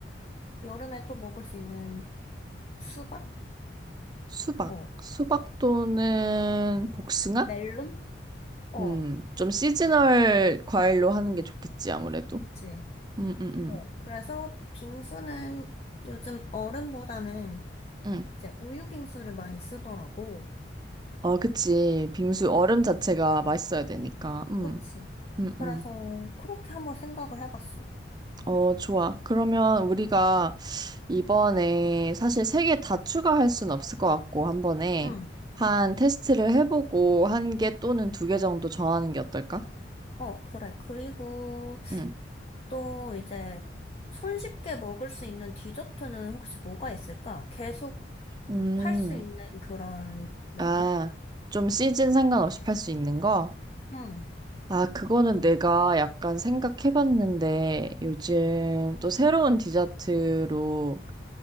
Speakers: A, on the left (about 35°); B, on the right (about 25°).
A: 여름에 또 먹을 수 있는 수박?
B: 수박.
A: 어.
B: 수박도는 복숭아?
A: 멜론? 어.
B: 음, 좀 시즈널 과일로 하는 게 좋겠지, 아무래도.
A: 그치.
B: 음, 음, 음.
A: 어. 그래서 빙수는 요즘 얼음보다는
B: 음.
A: 이제 우유 빙수를 많이 쓰더라고.
B: 어, 그치. 빙수
A: 어.
B: 얼음 자체가 맛있어야 되니까. 음,
A: 그치.
B: 음,
A: 그래서
B: 음.
A: 그렇게 한번 생각을 해봤어.
B: 어, 좋아. 그러면 우리가 이번에 사실 세 개 다 추가할 순 없을 것 같고, 한 번에
A: 응.
B: 한 테스트를 해보고 한 개 또는 두 개 정도 정하는 게 어떨까?
A: 어, 그래. 그리고
B: 음.
A: 또 이제 손쉽게 먹을 수 있는 디저트는 혹시 뭐가 있을까? 계속
B: 음.
A: 팔 수 있는 그런 메뉴?
B: 아, 좀 시즌 상관없이 팔 수 있는 거?
A: 응.
B: 아, 그거는 내가 약간 생각해봤는데 요즘 또 새로운 디저트로